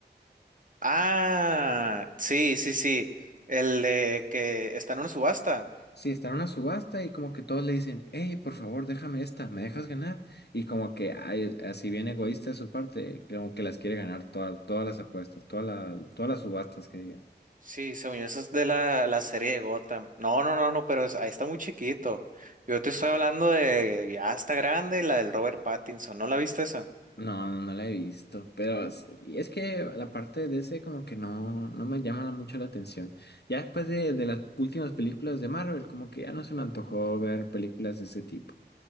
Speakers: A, on the right; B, on the left.
A: Ah, sí, sí, sí. El de que está en una subasta.
B: Sí, está en una subasta y como que todos le dicen, hey, por favor, déjame esta, ¿me dejas ganar? Y como que ay, así bien egoísta de su parte, como que las quiere ganar todas, todas las apuestas, todas la- todas las subastas que digan.
A: Sí, según yo, eso es de la, la serie de Gotham. No, no, no, no, pero es- ahí está muy chiquito. Yo te estoy hablando de ya está grande, la del Robert Pattinson. ¿No la viste esa?
B: No, no, no la he visto, pero es y es que la parte de ese como que no, no me llama mucho la atención. Ya después de, de las últimas películas de Marvel, como que ya no se me antojó ver películas de ese tipo.